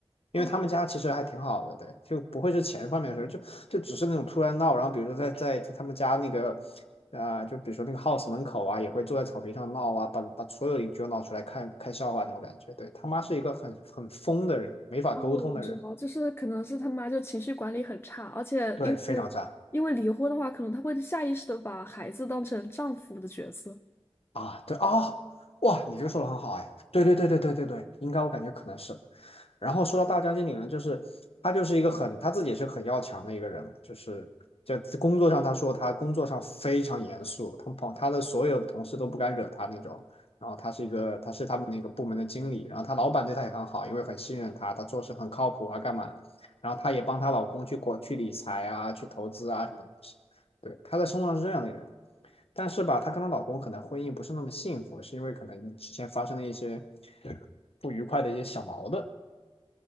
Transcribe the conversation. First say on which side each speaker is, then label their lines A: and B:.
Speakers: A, on the left; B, on the left.
A: 因为他们家其实还挺好的，
B: 哦，
A: 对，就不会是钱方面的事儿，就就只是那种突然闹，然后比如说在在在他们家那个呃，就比如说那个 house 门口啊，也会坐在草坪上闹啊，把把所有邻居都闹出来看看笑话那种感觉，对他妈是一个很很疯的人，没法沟通的人，
B: 哦，我知道，就是可能是他妈就情绪管理很差，而且因为因为离婚的话，
A: 对，非常渣
B: 可能他会下意识的把孩子当成丈夫的角色。
A: 啊，对啊，哦哇，你这个说的很好哎，对对对对对对对，应该我感觉可能是。然后说到大将军理呢，就是他就是一个很他自己也是很要强的一个人嘛，就是就工作上他说他工作上非常严肃，他朋他的所有的同事都不敢惹他那种。然后他是一个他是他们那个部门的经理，然后他老板对他也很好，因为很信任他，他做事很靠谱啊，干嘛？然后他也帮她老公去过去理财啊，去投资啊，什么东西。对，他在生活上是这样的人，但是吧，她跟她老公可能婚姻不是那么幸福，是因为可能之前发生了一些不愉快的一些小矛盾。